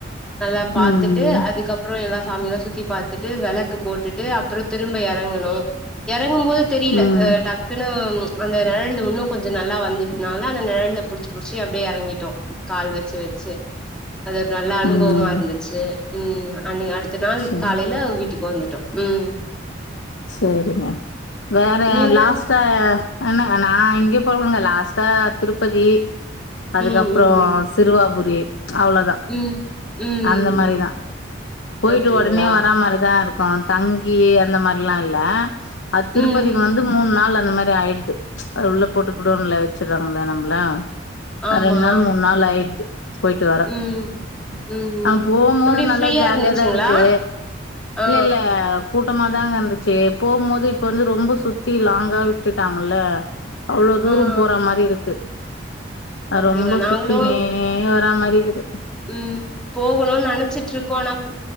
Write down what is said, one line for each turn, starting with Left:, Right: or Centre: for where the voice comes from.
Centre: நல்லா பாத்துட்டு
Left: ம்
Centre: அதுக்கப்ரோ எல்லா சாமியாலா சுத்தி பாத்துட்டு வெலக்கு போட்டுட்டு அப்ரோ திரும்ப எறங்குனோ எறங்கு போது தெரில
Left: ம்
Centre: அ டக்குனு அந்த நெழல்ல இன்னு கொஞ்சொ நல்லா வந்ததுனால அந்த நெழல்ல புடிச்சு புடிச்சி அப்டியே எறங்கிட்டோ கால் வச்சு வச் ச்சு அது ஒரு நல்ல அனுபவமா
Left: ம்
Centre: இருந்துச்சு ம் ம் அன் அடுத்த நாள்
Left: சேரி
Centre: காலைல வீட்டுக்கு வந்துட்டோ உம்
Left: சேரிங்க வேற
Centre: நீங்க
Left: லாஸ்ட்டா என்ன நா எங்கேயு போலங்க லாஸ்ட்டா திருப்பதி அதுக்கப்றோ
Centre: ம் ம்
Left: சிறுவாபுரி அவ்ளோதா
Centre: ம் ம் ம் ம்
Left: அந்த
Centre: ம்
Left: மாரி தா போயிட்டு
Centre: அப்டிங்களா
Left: ஒடனே வரா மாறி தா இருக்கு இருக்கோ தங்கி அந்த மார்லா இல்ல அ திருப்பதி
Centre: ம் ம்
Left: வந்து மூணு நாள் அ அந்த மாரி ஆய்டுது அது உள்ள போட்டு குடோன்ல வச்சிட்றாங்கள நம்ள
Centre: ஆமா
Left: அ ரெண்டு நாள் மூணு நாள் ஆய்டுது போய்ட்டு வர
Centre: ம் ம் ம்
Left: ஆ போம்போது
Centre: எப்டி
Left: நல்லா
Centre: ஃப்ரீயா
Left: ஜாலியாதா
Centre: இருந்துச்சுங்களா
Left: இருக்கு
Centre: ஆ
Left: இல்ல இல்ல கூட்டமாதாங்க இருந்துச்சு போம்போது இப்ப வந்து ரொம்ப சுத்தி லாங்கா விட்டுட்டாங்கள்ல அவ்ளோ தூரோ
Centre: ஆ
Left: போற மாறிருக்கு
Centre: அப்டிங்களா
Left: ரொம்ப
Centre: நாங்களு
Left: சுத்தினே வரா மாறி இக்குது
Centre: ம் போகனுனு நெனச்சிட்ருக்கோ ஆனா போ